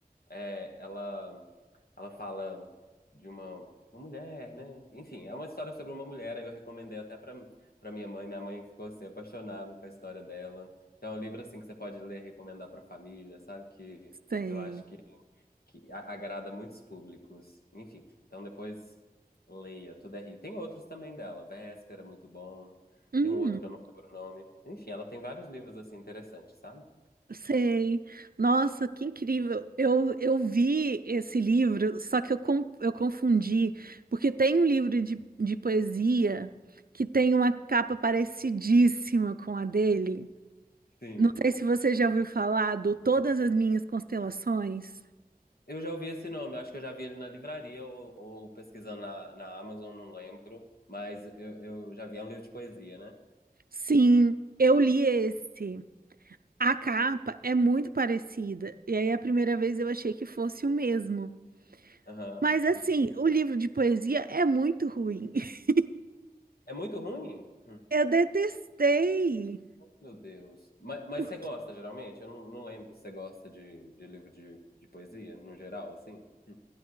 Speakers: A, on the left; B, on the right.
A: É, ela, ela fala de uma, uma mulher, né? Enfim, é uma história sobre uma mulher. aí Eu recomendei até pra para minha mãe. Minha mãe ficou assim apaixonada com a história dela. Então, é um livro assim que você pode ler, e recomendar pra família, sabe? Que
B: Sei.
A: eu acho que, que a- agrada muitos públicos. Enfim, então depois leia, tudo é Rio. Tem outros também dela, Véspera, muito bom.
B: Hum,
A: Tem um outro que eu não lembro o nome. Enfim, ela tem vários livros assim interessantes, sabe?
B: sei. Nossa, que incrível. Eu, eu vi esse livro, só que eu, com, eu confundi, porque tem um livro de, de poesia que tem uma capa parecidíssima com a dele.
A: Sim.
B: Não sei se você já ouviu falar do Todas as Minhas Constelações.
A: Eu já ouvi esse nome, eu acho que eu já vi ele na livraria ou, ou pesquisando na, na Amazon, não lembro. Mas eu, eu já vi, é um livro de poesia, né?
B: Sim, eu li esse. A capa é muito parecida. E aí, a primeira vez eu achei que fosse o mesmo.
A: Aham.
B: Mas, assim, o livro de poesia é muito ruim. <laughs>
A: É muito ruim? Hum,
B: Eu detestei.
A: Meu Deus. Mas, mas
B: Porque
A: você gosta, geralmente? Eu não, não lembro se você gosta de, de livro de, de poesia, no geral, assim? Hum,